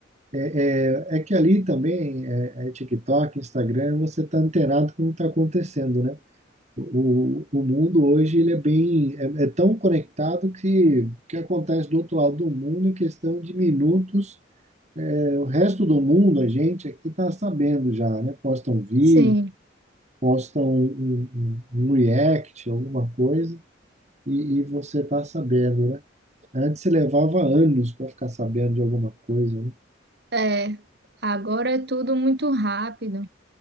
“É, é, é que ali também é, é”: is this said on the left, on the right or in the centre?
Right